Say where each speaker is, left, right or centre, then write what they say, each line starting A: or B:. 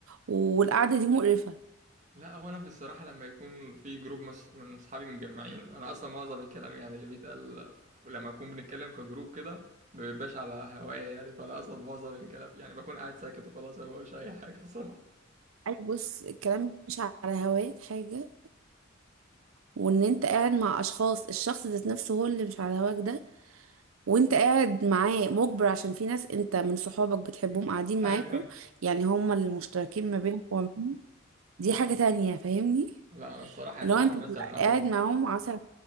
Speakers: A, on the right; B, on the right.
A: والقعده دي مقرفه
B: لا هو انا في الصراحه لما يكون في جروب مس- من اصحابي مجمعين انا اصلا معظم الكلام يعني اللي بيتقال ف- لما اكون بنتكلم كجروب كده ما بيبقاش على هوايا يعني فانا اصلا معظم الكلام يعني بكون قاعد ساكت وخلاص ما بقولش اي حاجه الصراحه
A: اي بص الكلام مش على هواك حاجه وان انت قاعد مع اشخاص الشخص ذات نفسه هو اللي مش على هواك ده وانت قاعد معاه مجبر عشان في ناس انت من صحابك بتحبهم
B: <laughs>
A: قاعدين معاكوا
B: ايوه فاهم
A: يعني هما اللي مشتركين ما بينك وبينهم دي
B: اه
A: حاجه تانية فاهمني
B: لا انا الصراحه يا
A: لو
B: صعب
A: انت بتبقى
B: مثلا اخد
A: قاعد معاهم عسل